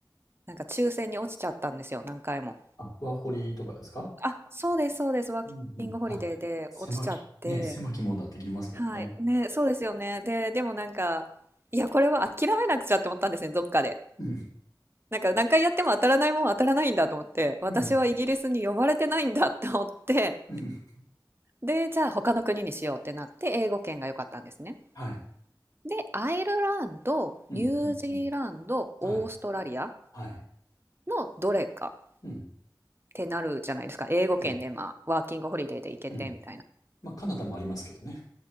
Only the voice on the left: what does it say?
あ、ワーホリとかですか
うんうんあ、狭き、ね、狭きもんだって言いますもんね。
うん。
うんうん
はい。
うんうんうん
はい。
はい。
うん。
え
え。まあ、カナダもありますけどね。